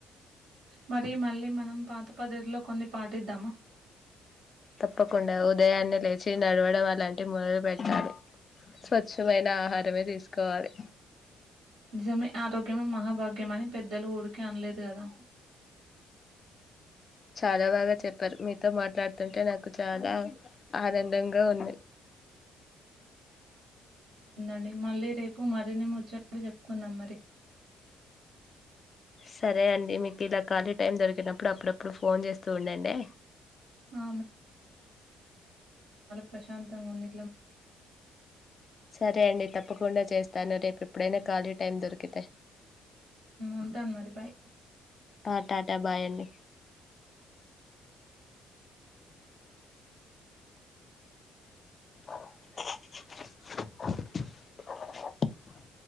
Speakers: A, on the right; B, on the left.
A: మరి మళ్ళీ మనం పాత పదేట్లో కొన్ని పాటిదామా
B: తప్పకుండా ఉదయాన్నే లేచి నడవడం అలాంటి మొదల్పేటలి స్వచ్ఛమైన ఆహారమే తీసు తీసుకోవాలి
A: నిజమే ఆరోగ్యమే మహాభాగ్యం మనకి పెద్దలు ఊరికే అనలేదు గదా!
B: చాలా బాగా చెప్పారు మీ మాట్లాడుతుంటే నాకు నాకు చాలా ఆనందంగా ఉంది
A: అండి మళ్ళీ రేపు మరిన్ని ముచ్చట్లు చెప్పుకుందాం మరి
B: సరే అండి మీకు ఇలా కాళీ టైం దొరికినప్పుడు అప్పుడప్పుడు ఫోన్ చేస్తూ ఉండండే
A: ఆ! ప్రశాంతంగా ఉంది
B: సరే అండి తప్పకుండా చేస్తాను రేపు ఎప్పుడైనా ఖాళీ టైం దొరికితే
A: ఉంటాను మరి బాయ్
B: ఆ టాటా బాయండి <inaudible>